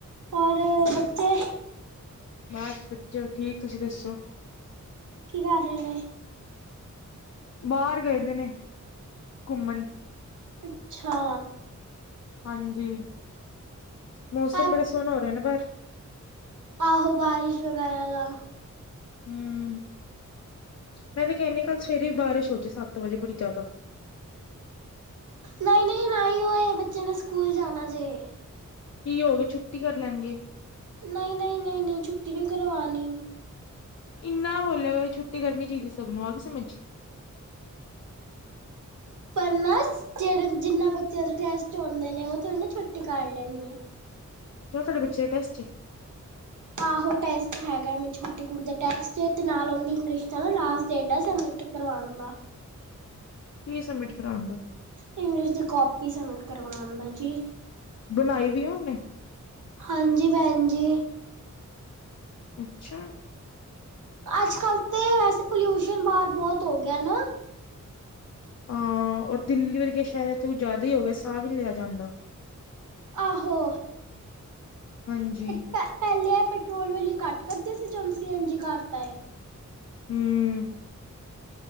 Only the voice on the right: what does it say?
ਔਰ ਬੱਚੇ
ਕੀ ਕਰ ਰਹੇ ਨੇ
ਅੱਛਾ
ਅ
ਆਹੋ, ਬਾਰਿਸ਼ ਵਗੈਰਾ ਦਾ।
ਨਈ ਨਈ ਨਾਈ ਹੋਏ, ਬੱਚੇ ਨੇ ਸਕੂਲ ਜਾਣਾ ਜੇ।
ਨਈ ਨਈ ਨਈ ਨਈ ਛੁੱਟੀ ਨੀ ਕਰਵਾਨੀ।
ਪਰ ਨਾ ਜੇੜੇ ਜਿੰਨਾ ਬੱਚੇਆਂ ਦੇ ਟੈਸਟ ਹੋਂਦੇ ਨੇ ਓ ਥੋੜੀ ਨਾ ਛੁੱਟੀ ਕਰ ਲੈਨਗੇ।
ਆਹੋ ਟੈਸਟ ਹੈਗਾ। ਮੇਰੀ ਛੋਟੀ ਕੁੜੀ ਦਾ ਟੈਸਟ ਏ ਤੇ ਨਾਲ ਓਂਦੀ ਇੰਗਲਿਸ਼ ਦਾ ਨਾ ਲਾਸਟ ਡੇਟ ਆ ਸਬਮਿਟ ਕਰਵਾਨ ਦਾ।
ਇੰਗਲਿਸ਼ ਦੀ ਕੋਪੀ ਸਬਮਿਟ ਕਰਵਾਨ ਦਾ ਜੀ।
ਹਾਂਜੀ ਭੈਣ ਜੀ।
ਅੱਜ ਕੱਲ ਤੇ ਵੈਸੇ ਪੋਲਿਊਸ਼ਨ ਬਾਰ ਬੋਤ ਹੋ ਗੇਆ ਨਾ।
ਆਹੋ।
ਪੈ ਪੈਲੇ ਐ ਪੈਟਰੋਲ ਵਾਲੀ ਘੱਟ ਕਰਦੇ ਸੀ ਜੋ ਸੀ ਏਨ ਜੀ ਕਰਤਾ ਏ।